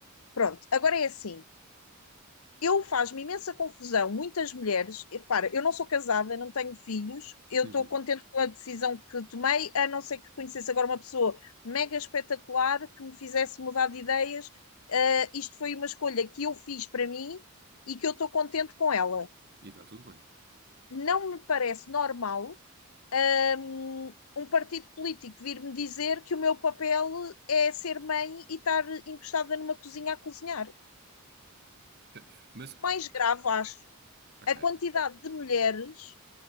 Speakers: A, on the left; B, on the right.
A: Pronto, agora é assim. eu faz-me imensa confusão. Muitas mulheres, e repara, eu não sou casada, não tenho filhos, eu
B: Uhum.
A: estou contente com a decisão que tomei, a não ser que conhecesse agora uma pessoa mega espetacular que me fizesse mudar de ideias. Ah, isto foi uma escolha que eu fiz para mim e que eu estou contente com ela.
B: E está tudo bem.
A: Não me parece normal hum, um partido político vir-me dizer que o meu papel é ser mãe e estar encostada numa cozinha a cozinhar.
B: Tá- Mas,
A: Mais grave, acho,
B: ok.
A: a quantidade de mulheres